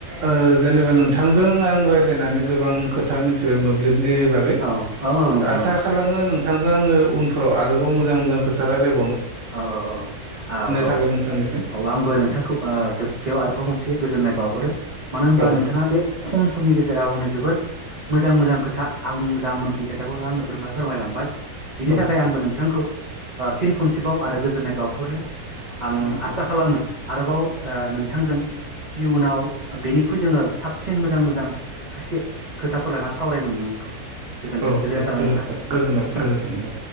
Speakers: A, on the right (about 60°); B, on the right (about 75°).
A: ओ जेनेबा नोंथांजों आं रायज्लायनानै गोबां खोथा मिथिबाय मोब्लिब नि बागै
B: औ औ औ नोंथां
A: आसा
B: औ
A: खालामो नोंथांजों आङो उनफोराव आरोबाव मोजां मोजां खोथा रायलाय
B: औ औ औ औ औ
A: थाबाय नोंथांनिसिम
B: औ आंबो नोंथांखौ ओ जोबथियाव आरो बाव खनसे गोजोननाय बावहरो मानो होनब्ला
A: औ नोंथां
B: नोंथाङा बे खम समनि गेजे जेराव आंनो जोबोर मोजां मोजां खोथा आं जा मोनथियै खोथाखौ आंनो फोरमा फोरमायलांबाय बिनि
A: औ
B: थाखाय
A: नोंथां
B: आंबो नोंथांखौ ओ फिन खनसेबाव आरो गोजोननाय बावहरो आं
A: औ नोंथां
B: आसा खालामो आरोबाव आ नोंथांजों इयुनाव बेनिख्रुइ जोङो साबसिन मोजां मोजां एसे खोथाफोर लाना सावराय मोनगोनखौ गोजोनथों
A: औ
B: गोजोननाय
A: दे
B: थाबाय
A: गोजोनथों
B: नोंथां
A: गोजोननाय
B: औ।
A: गोजोन्थों नोंथां